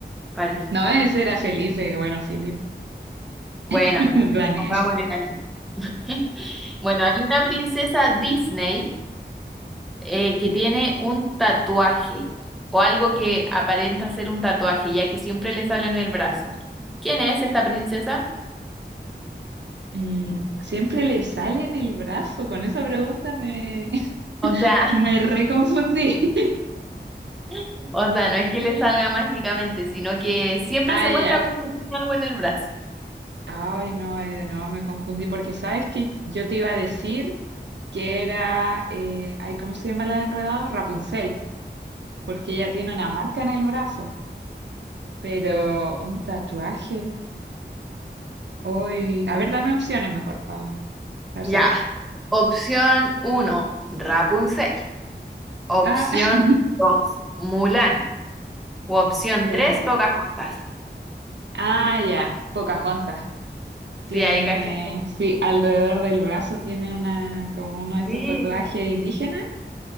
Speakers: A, in the centre; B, on the right (about 75°).
A: parece.
B: No, ese era Felipe, bueno, Felipe,
A: Bueno,
B: <laughs> Daniel.
A: pongámosle Daniel. <laughs> Bueno, hay una princesa Disney eh, que tiene un tatuaje o algo que aparenta ser un tatuaje, ya que siempre le sale en el brazo. ¿Quién es esta princesa?
B: Mm, siempre le sale en el brazo. Con esa pregunta me, <laughs>
A: O sea,
B: me reconfundí. <laughs>
A: <laughs> o sea, no es que le salga mágicamente, sino que siempre
B: Ah,
A: se muestra
B: ya.
A: como que tiene algo en el brazo.
B: Ay, no, ahí de nuevo me confundí porque sabes que yo te iba a decir. que era, eh, ay, ¿cómo se llama la de Enredado? Rapunzel, porque ella tiene una marca en el brazo, pero un tatuaje. Hoy, a ver, dame opciones mejor para estar
A: Ya.
B: segura.
A: Opción uno Rapunzel. Opción
B: Ah, <laughs>
A: dos Mulan. O opción
B: ya.
A: tres Pocahontas.
B: Ah, ya. Pocahontas.
A: Sí,
B: Tiene,
A: ahí cachas.
B: sí, alrededor del brazo tiene una, como uno de estos
A: Sí,
B: tatuajes indígenas,